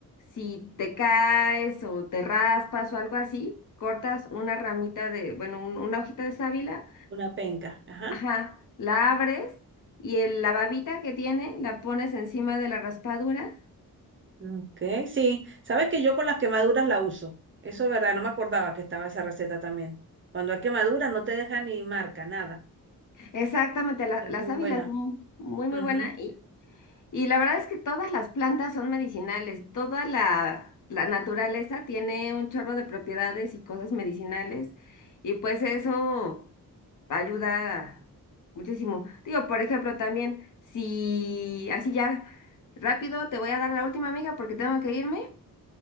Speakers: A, on the left; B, on the right.
A: si te caes o te raspas o algo así, cortas una ramita de, bueno, un- una hojita de sábila,
B: Una penca. Ajá.
A: ajá, la abres y el- la babita que tiene la pones encima de la raspadura
B: Ok, sí. Sabes que yo con las quemaduras la uso. Eso es verdad, no me acordaba que estaba esa receta también. Cuando hay quemadura no te deja ni marca, nada.
A: Exactamente, la,
B: Es
A: la
B: muy
A: sábila
B: buena.
A: es mu- muy, muy
B: Ujú.
A: buena y, y la verdad es que todas las plantas son medicinales, toda la, la naturaleza tiene un chorro de propiedades y cosas medicinales y pues eso ayuda muchísimo. Digo, por ejemplo, también si así ya rápido te voy a dar la última amiga porque tengo que irme,